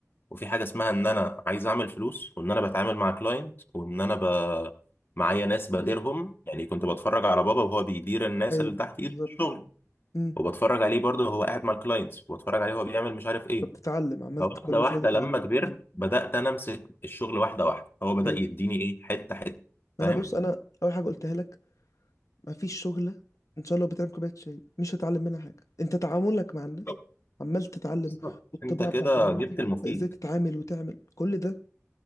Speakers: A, on the left (about 45°); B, on the left (about 75°).
A: وفي حاجه اسمها ان انا عايز اعمل فلوس وان انا بتعامل مع كلاينت وان انا ب... معايا ناس بديرهم
B: مم.
A: يعني كنت بتفرج على بابا وهو بيدير الناس
B: ايوه
A: اللي تحت ايده
B: بالظبط
A: في الشغل
B: امم
A: وبتفرج عليه برضه هو قاعد مع الكلاينتس وبتفرج عليه هو بيعمل مش عارف ايه
B: فبتتعلم عملت
A: فواحده
B: كل
A: واحده
B: شويه تتعلم
A: لما كبرت
B: تتعلم
A: بدات انا امسك الشغل واحده واحده هو بدا
B: ايوه
A: يديني ايه حته حته
B: ما
A: فاهم
B: انا بص انا اول حاجه قلتها لك ما فيش شغله ان شاء الله بتعمل كوبايه شاي مش هتعلم منها حاجه انت تعاملك مع الناس
A: بالظبط
B: عمال تتعلم
A: بالظبط.
B: والطباع
A: انت كده
B: بتاعت الناس
A: جبت
B: دي وإنت
A: المفيد
B: ازاي تتعامل وتعمل كل ده